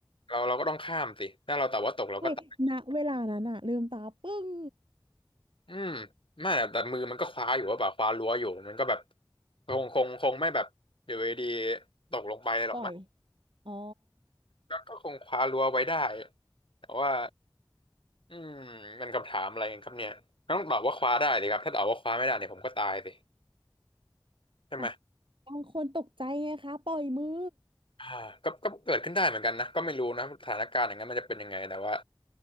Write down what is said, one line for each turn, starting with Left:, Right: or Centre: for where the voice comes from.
Left: เราเราก็ต้องข้ามสิถ้าเราแต่ว่าตกเราก็ตาย
Right: เฮ้ยณเวลานั้นอะลืมตาปึ้ง
Left: อืมไม่แต่แต่มือมันก็คว้าอยู่ว่าแบบคว้ารั้วอยู่มันก็แบบคงคงคงไม่แบบอยู่ดีๆตกลงไปหรอกมั้ง
Right: ปล่อยอ๋อ
Left: ก็ก็คงคว้ารั้วไว้ได้แต่ว่าอืมมันคำถามอะไรกันครับเนี่ยต้องตอบว่าคว้าได้ดิครับถ้าตอบว่าคว้าไม่ได้เนี่ยผมก็ตายสิ ใช่ไหม
Right: อ่ะบางคนตกใจไงคะปล่อยมือ
Left: อ่าก็ก็เกิดขึ้นได้เหมือนกันนะก็ไม่รู้นะสถานการณ์อย่างนั้นมันจะเป็นยังไงแต่ว่า